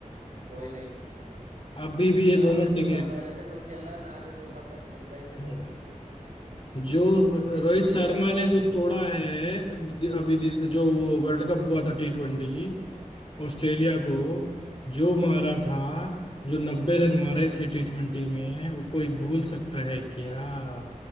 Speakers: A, on the right; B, on the left.
A: कोई नहीं
B: अभी भी ये
A: ना
B: दोनों
A: अभी
B: टिके
A: दो साल पहले से कोई खेल रहा है ना आगे दो साल तक खेलता है इनसे
B: हम्म।
A: बेहतर कोई
B: जो
A: लेकिन
B: रोहित
A: वही
B: शर्मा
A: है
B: ने जो तोड़ा है दि- अभी दिस- जो वो वर्ल्ड कप हुआ था टी ट्वेंटी ऑस्ट्रेलिया को
A: हम्म।
B: जो मारा था जो नब्बे रन मारे थे टी ट्वेंटी में वो कोई भूल सकता है क्या